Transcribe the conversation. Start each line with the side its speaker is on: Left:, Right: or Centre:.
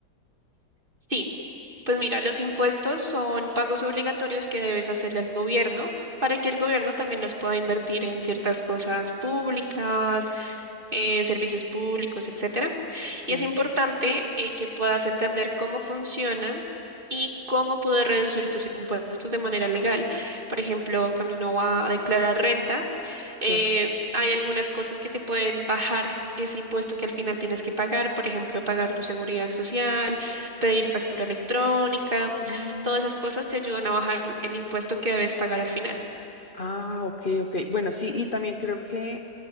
Right: Sí, pues mira, los impuestos son pagos obligatorios que debes hacerle al gobierno para que el gobierno también los pueda invertir en ciertas cosas públicas eh, servicios públicos, etcétera.
Left: okay
Right: Y es importante eh, que puedas entender cómo funcionan y cómo poder reducir tus impuestos de manera legal. Por ejemplo, cuando uno va a declarar renta, eh,
Left: okay
Right: hay algunas cosas que te pueden bajar ese impuesto que al final tienes que pagar, por ejemplo, pagar tu seguridad social, pedir factura electrónica,
Left: Mm.
Right: todas esas cosas te ayudan a bajar el impuesto que debes pagar al final.
Left: Ah, ok, ok. Bueno, sí, y también creo que,